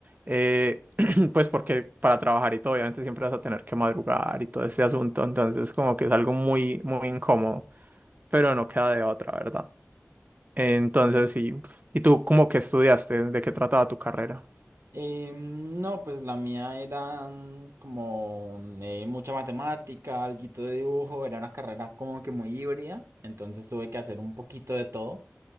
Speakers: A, on the right; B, on the right.
A: eh, <clears throat> pues porque para trabajar y todo, obviamente siempre vas a tener que madrugar y todo ese asunto. Entonces como que es algo muy, muy incómodo, pero no queda de otra, ¿verdad? Entonces, sí. pues, ¿Y tú cómo que estudiaste? ¿De qué trataba tu carrera?
B: Eh, no, pues la mía era mm, como mm, eh, mucha matemática, alguito de dibujo, era una carrera como que muy híbrida, entonces tuve que hacer un poquito de todo.